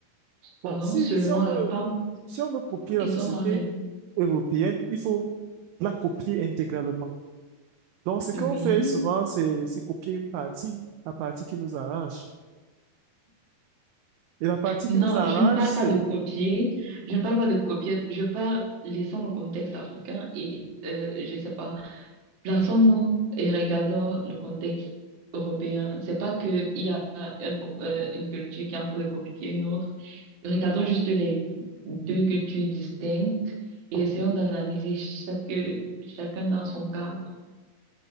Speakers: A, on the right; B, on the right.
A: pardon,
B: Bon, si,
A: seulement
B: si on
A: la
B: veut,
A: femme
B: si on veut copier la
A: et
B: société
A: son mari.
B: européenne, il faut la copier intégralement. Donc, ce qu'on
A: Oui.
B: fait souvent, c'est, c'est copier une partie, la partie qui nous arrange. Et la partie
A: Non,
B: qui nous arrange,
A: je ne parle
B: c'est,
A: pas de copier. Je ne parle pas de copier. Je parle, laissant le contexte africain et, euh, je sais pas. Plaçons-nous et regardons le contexte européen. C'est pas qu'il y a un euh, une culture qui est en train de copier une autre. Regardons juste les deux cultures distinctes et essayons d'analyser chaque, chacun dans son cadre.